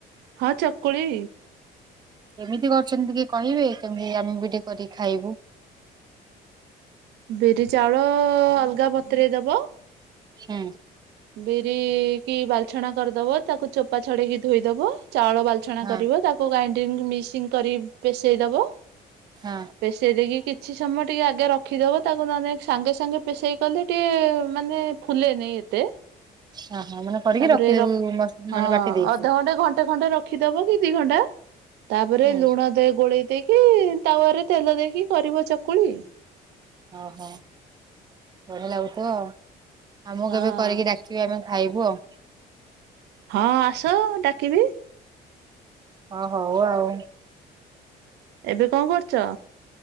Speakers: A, on the right; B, on the right.
A: ହଁ ଚକୁଳି
B: କେମିତି କରଛନ୍ତି ଟିକେ କହିବେ କେମିତି ଆମେ ବି ଟିକେ କରିକି ଖାଇବୁ
A: ବିରି ଚାଉଳ ଅଲଗା ବତରେ ଦବ
B: ହୁଁ
A: ବିର କି ବାଲ୍ଛଣା କରିଦବ ତାକୁ ଚୋପା ଛଡେଇକି ଧୋଇଦବ ଚାଉଳ ବାଲଛଣା
B: ହଁ
A: କରିବ ତାକୁ ଗ୍ରାଇଣ୍ଡ୍ରଙ୍ଗ ମିସିଂ କରି ପସେଇ ଦବ
B: ହଁ
A: ପେେଶେଇ ଦେଇକି କିଛି ସମୟ ଟିକେ ଆଗେ ରଖିଦେବ ତାକୁ ନହେଲେ ସାଙ୍ଗେ ସାଙ୍ଗେ ପେଷେଇ କଲେ ଟିକିଏ ମାନେ ଫୁଲେ ନାଇ ଏତେ
B: ହ ହଁ ମାନେ କରିକି
A: ତାପରେଖ
B: ରଖିଦେବୁ
A: ହଁ
B: ମାନେ ବାଟି ଦେଇକି
A: ଅଧଘଣ୍ଟେ ଘଣ୍ଟେ ଖଣ୍ଟେ ରଖ ରଖିଦବ କି ଦି ଘଣ୍ଟା ତାପରେ
B: ହୁଁ
A: ଲୁଣ ଦେଇ ଗୋଳେଇ ଦେଇକି ତାୱାରରେ ତେଲ ଦେଇକି କରିବ ଚକୁଳି
B: ଓହୋ ଭଲ ଲାଗୁଥ ଆମକୁ
A: ହଁ।
B: କେବେ କରିକି ଡାକ ଆମେ ଖାଇବୁ ଆଉ
A: ହଁ ଆସ ଡାକିବି
B: ହ ହଉ ଆଉ
A: ଏବେ କଣ କରୁଛ